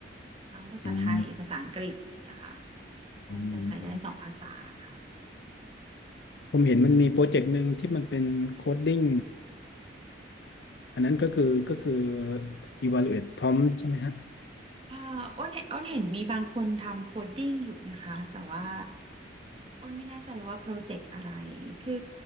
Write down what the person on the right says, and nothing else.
ทั้งภาษาไทย
ภาษาอังกฤษอย่างเงี้ยค่ะอ้นจะใช้ได้สองภาษาค่ะ
เอ่ออ้นเห็นอ้นเห็นมีบางคนทำโคดดิ้งอยู่นะคะ แต่ว่าอ้นไม่แน่ใจว่าโปรเจกต์อะไร คือ